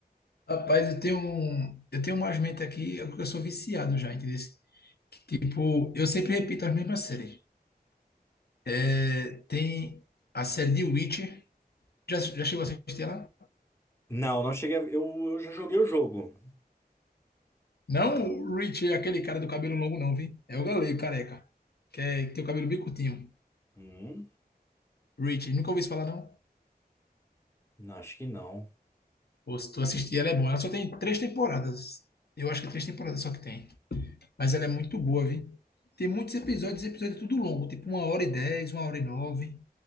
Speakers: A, on the left; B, on the left.
A: Rapaz, eu tenho um, eu tenho umas mentes aqui, eu eu sou viciado já, entendeu? Tipo, eu sempre repito as mesmas séries. É, tem a série de Witcher. Já, já chegou a assistir ela?
B: Não, não cheguei. a- Eu, eu já joguei o jogo.
A: Não o Rich, é aquele cara do cabelo longo, não, vi? É o galego, careca. Que, é, que tem o cabelo bem curtinho.
B: Hum,
A: Rich, nunca ouvi isso falar, não?
B: não, acho que não.
A: Pô, se tu assistir, ela é boa. Ela só tem três temporadas. Eu acho que três temporadas só que tem. Mas ela é muito boa, viu? Tem muitos episódios, episódio é tudo longo, tipo uma hora e dez, uma hora e nove.